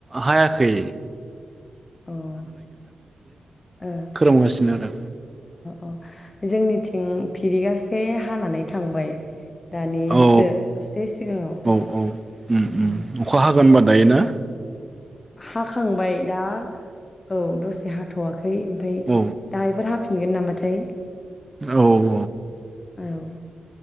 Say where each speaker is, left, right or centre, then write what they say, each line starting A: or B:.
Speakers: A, on the right; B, on the left.
A: हाया खै।
B: अ ओ अ
A: खोरोमगासिनो आरो
B: अ जोंनिथिं फिरिगा से हानानै थांबाय। दानिसो
A: औ
B: दसे सिगाङाव।
A: औ औ उम उम
B: ओम
A: अखा हागोन होनबा दायोना।
B: हाखांबाय दा औ दसे हाथ'वाखै ओमफ्राय
A: औ
B: दायोफोर हाफिनगोन नामा। थै
A: औ औ
B: औ